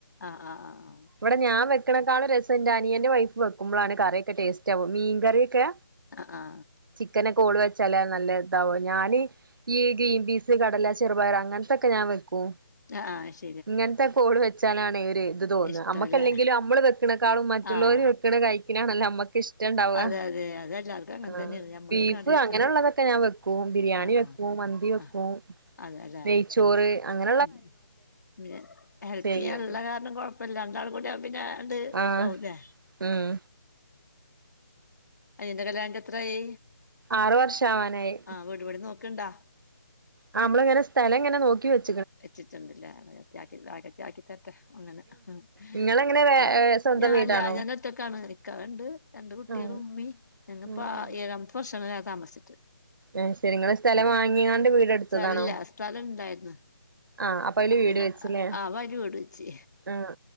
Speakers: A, on the left (about 55°); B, on the right (about 75°).
A: ആഹ് ആഹ് ആഹ്
B: ഇവടെ ഞാൻ വെക്കാണെക്കാളും രസന്റെ അനിയന്റെ വൈഫ് വെക്കുമ്പളാണ് കറിയൊക്കെ ടേസ്റ്റാവാ മീൻ കറിയൊക്കെ?
A: ആഹ് ഹാ
B: ചിക്കനെക്കെ ഓള് വെച്ചാലാ നല്ലതാവ ഞാന് ഈ ഗ്രീൻ പീസ്, കടല, ചെറുപയറ് അങ്ങനത്തൊക്കെ ഞാൻ വെക്കും
A: ആഹ് അഹ് ശെരി
B: ഇങ്ങനത്തെകോള് വെച്ചാലാണ് ഒര്ത് തോന്ന
A: ഇഷ്ടല്ലേ
B: നമ്മക്കല്ലെങ്കിലും നമ്മള് വെക്കണേക്കാളും മറ്റുള്ളോര്
A: ആഹ്
B: വെ ക്കണ കഴിക്ക്ണാണല്ലോ നമ്മക്ക്ശ്ട ണ്ടാവുക
A: അതെ അതെ അതെല്ലാർക്കും അങ്ങനെ
B: ആ
A: തന്നെയാണ് ഞമ്മളൊക്കെ
B: ബീഫ്
A: അത് ഇഷ്ടാ
B: അങ്ങനെുള്ളതൊക്കെ ഞാൻ വെക്കും ബിരിയാണി
A: ആഹ്
B: വെക്കും
A: ആഹ്
B: മന്തി വെക്കും.
A: ആഹ് അതെല്ലേ?
B: നെയ്ച്ചോറ് അങ്ങനെ
A: ഉം പിന്നെ ഹെൽപ്പിയ്യാൻ
B: ചെയ്യും
A: ഇള്ള കാരണം കൊഴപ്പല്ല രണ്ടാളും കൂടിയാവുമ്പോ പിന്നെ ആണ്ട്
B: ആഹ്
A: ആവുല്ലേ?
B: ഉം
A: അനിയന്റെ കല്യാണ കഴിഞ്ട്ടെത്രായി
B: ആറ് വർഷം ആവാനായി
A: ആഹ് വീട് പണി നോക്ക്ണ്ടാ?
B: ആഹ് അമ്മള്ങ്ങനെ സ്ഥലങ്ങെനെ നോക്കി വെച്ച്
A: വെച്ചിട്ടുണ്ട്ല്ലേ? അള്ളാ ആഹിറത്തിലാക്കി തരട്ടെ അങ്ങനെ ഉം
B: നിങ്ങളെങ്ങനെ വേ
A: പിന്നെ
B: സ്വന്തം
A: ഞൻ
B: വീടാണോ
A: അല്ല ഞാനൊറ്റക്കാണ് ഇക്കടണ്ട് രണ്ട് കുട്ടിയളും,
B: ആഹ്
A: ഉമ്മി ഞ്ഞങ്ങപ്പ
B: ആഹ് ആഹ്
A: ആ ഏഴാമത്തെ വർഷങ്ങളായി താമസിച്ചിട്ട്
B: ആഹ് ശരി നിങ്ങള് സ്ഥലം
A: ആഹ്
B: വാങ്ങിയാണ്ട് വീടെടുത്തതാണോ
A: സ്ഥലല്ല സ്ഥലണ്ടായിര്ന്ന്
B: ആഹ് അപ്പൊ അതില്
A: അപ്പ പിന്നെ
B: വീട് വെച്ചില്ലേ
A: അപ്പയില് വീട് വെച്ച്
B: ആഹ്